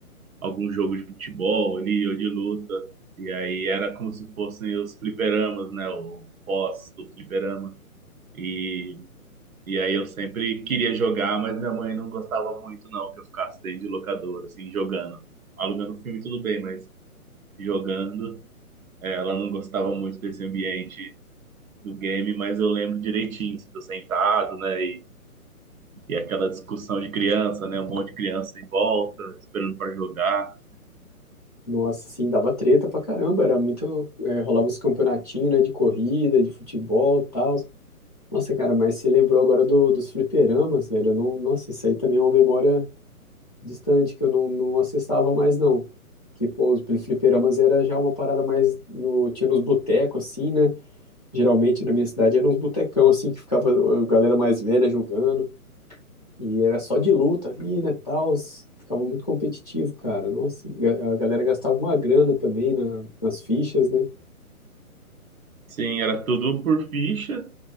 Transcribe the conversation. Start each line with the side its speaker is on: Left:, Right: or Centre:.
Right: algum jogo de futebol ali ou de luta. E aí era como se fossem os fliperamas, né? O pós do fliperama. E, e aí eu sempre queria jogar, mas minha mãe não gostava muito, não, que eu ficasse dentro de locadora, assim, jogando. Alugando filme, tudo bem, mas jogando, eh, ela não gostava muito desse ambiente do game, mas eu lembro direitinho, assim, do sentado, né? E aquela discussão de criança, né? Um monte de criança em volta, esperando para jogar.
Left: Nossa, assim, dava treta pra caramba, era muito. é, rolava uns campeonatinhos, né, de corrida, de futebol e tal. Nossa, cara, mas você lembrou agora do, dos fliperamas, velho? Eu não, nossa, isso aí também é uma memória distante que eu não, não acessava mais, não. Que, pô, os fliperamas era já uma parada mais no, tinha nos botecos, assim, né? Geralmente na minha cidade eram uns botecão, assim, que ficava a galera mais velha jogando. E era só de luta ali, né, tals. Ficava muito competitivo, cara. Nossa, e ga- a galera gastava uma grana também na, nas fichas, né?
Right: Sim, era tudo por ficha.